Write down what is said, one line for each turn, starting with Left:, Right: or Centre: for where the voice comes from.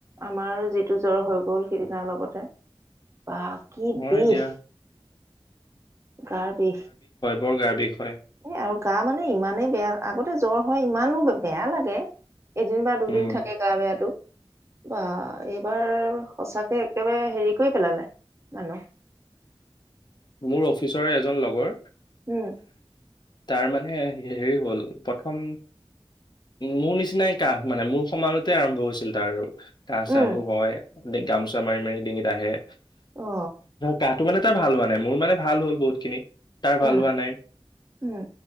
Right: আমাৰ যিটো জ্বৰ হৈ গ'ল সিদিনা অলপতে। বা কি
Left: হয়
Right: বিষ
Left: দিয়া
Right: গাৰ বিষ।
Left: বৰ গাৰ বিষ। হয়
Right: এ আৰু গা মানে ইমানে বেয়া আগতে জ্বৰ হয় ইমানো বেয়া লাগে। এদিন বা দুদিন
Left: উম।
Right: থাকে গা বেয়াটো। বাহ এইবাৰ সঁচাকে একেবাৰে হেৰি কৰি পেলালে মানুহ।
Left: মোৰ অফিচৰে এজন লগ ৰ।
Right: উম
Left: তাৰ মানে মানে হেৰি হ'ল প্ৰথম মোৰ নিচিনাই কাহঁ মানে মোৰ সমানতে আৰম্ভ হৈছিল তাৰো। কাহঁ
Right: উম
Left: চাবো হয়। গামোচা মাৰি মাৰি ডিঙিত আহে।
Right: অ
Left: কাঁহটো মানে তাৰ ভাল হোৱা নাই। মোৰ মানে ভাল হল বহুত খিনি তাৰ
Right: উম
Left: ভাল হোৱা নাই।
Right: উম